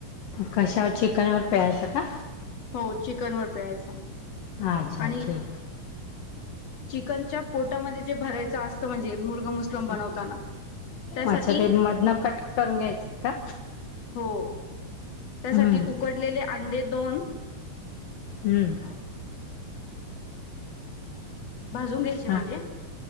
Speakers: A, on the left (about 70°); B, on the left (about 45°).
A: कशावर चिकन वर पिळायचा का
B: हो चिकन वर पिळायचा
A: हा अच्छा
B: आणि
A: ठीक
B: चिकनच्या पोटामध्ये जे भरायच असतं म्हणजे मुर्गा मशरूम
A: ठीक
B: बनवताना त्यासाठी
A: अच्छा ते मधन कट करून घ्यायचं का
B: हो त्यासाठी
A: हम्म
B: उकडलेले अंडे दोन
A: हम्म
B: भाजून घ्यायचे म्हणजे
A: हा